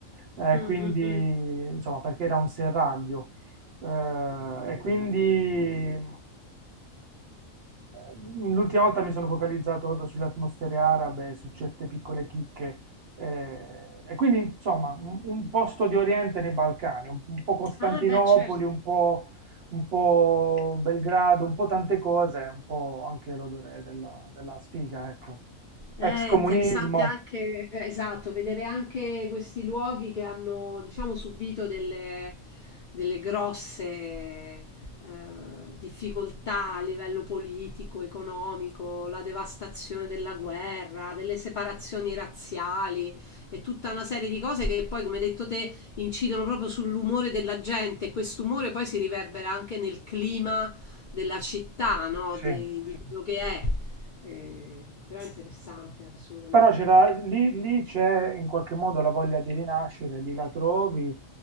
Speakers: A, on the right; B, on the left.
A: eh,
B: Mm,
A: quindi
B: mm, mm.
A: insomma perché era un serraglio Eh, e quindi mh, l'ultima volta mi sono focalizzato proprio sulle atmosfere arabe, su certe piccole chicche eh, e quindi insomma un, un posto di Oriente nei Balcani, un, un po' Costantinopoli,
B: Ah, beh, certo.
A: un po' un po' Belgrado, un po' tante cose, un po' anche l'odore della, della sfiga, ecco.
B: È
A: Ex comunismo,
B: interessante anche, eh, esatto, vedere anche questi luoghi che hanno, diciamo, subito delle, delle grosse eh, difficoltà a livello politico, economico, la devastazione della guerra, delle separazioni razziali e tutta una serie di cose che poi, come hai detto te, incidono proprio sull'umore della gente e quest'umore poi si riverbera anche nel clima della città, no?
A: sì.
B: Di, di quello che è. Ehm, però è interessante assolutamente.
A: Però c'era- lì, lì c'è in qualche modo la voglia di rinascere, lì la trovi,